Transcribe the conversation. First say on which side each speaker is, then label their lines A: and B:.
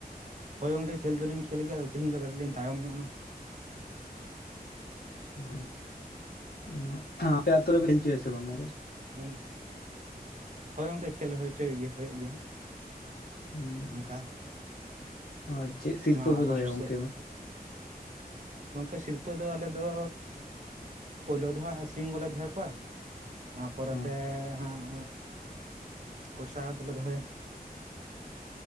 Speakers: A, on the right; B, on the left.
A: ᱦᱳᱭ ᱜᱚᱝᱠᱮ ᱠᱷᱮᱞ ᱫᱚᱞᱤᱧ ᱠᱷᱮᱞ ᱜᱮᱭᱟ ᱟᱫᱚ ᱛᱤᱦᱤᱧ ᱫᱚ ᱠᱟᱹᱴᱤᱡ ᱞᱤᱧ ᱛᱟᱭᱚᱢ ᱧᱚᱜ ᱮᱱᱟ᱾
B: ᱚ ᱱᱚᱣᱟ ᱟᱯᱮ ᱟᱹᱛᱩ ᱨᱮᱯᱮ ᱠᱷᱮᱞ ᱪᱚ ᱥᱮ ᱵᱟᱝ ᱜᱚᱝᱠᱮ?
A: ᱟᱸᱡᱚᱢ ᱫᱟᱢ, ᱦᱳᱭ ᱜᱚᱝᱠᱮ ᱠᱷᱮᱞ ᱦᱚᱪᱚᱭ ᱦᱳᱭᱳᱜ ᱜᱮᱭᱟ᱾
B: ᱦᱩᱸ,
A: ᱚᱱᱠᱟ
B: ᱦᱚᱸ ᱪᱮᱫ ᱥᱤᱨᱯᱟᱹ
A: ᱱᱚᱣᱟ ᱟᱜᱚᱥᱴ
B: ᱯᱮ ᱫᱚᱦᱚᱭᱟ ᱜᱚᱝᱠᱮ
A: ᱥᱮᱫ᱾
B: ᱢᱟ?
A: ᱜᱚᱝᱠᱮ ᱥᱤᱨᱯᱟᱹ ᱫᱚ ᱟᱞᱮ ᱫᱚ ᱯᱳᱭᱞᱳ ᱫᱚ ᱦᱟᱸᱜ ᱥᱤᱢ ᱜᱮᱞᱮ ᱫᱚᱦᱚ ᱠᱚᱣᱟ, ᱟᱨ ᱯᱚᱨᱮ
B: ᱦᱮᱸ
A: ᱛᱮ ᱦᱟᱸᱜ ᱯᱚᱭᱥᱟ ᱫᱚᱞᱮ ᱫᱚᱦᱚᱭᱟ᱾